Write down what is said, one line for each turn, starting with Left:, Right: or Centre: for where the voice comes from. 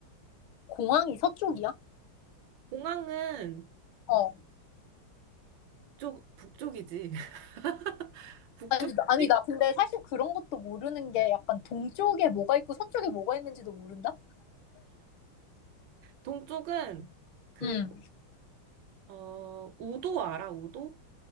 Left: 공항이 서쪽이야?
Right: 공항은
Left: 어.
Right: 북쪽 북쪽이지 <laughs> 북쪽이지
Left: 아니, 나- 아니, 나 근데 사실 그런 것도 모르는 게 약간 동쪽에 뭐가 있고 서쪽에 뭐가 있는지도 모른다?
Right: 동쪽은 그
Left: 응.
Right: 어 우도 알아 우도?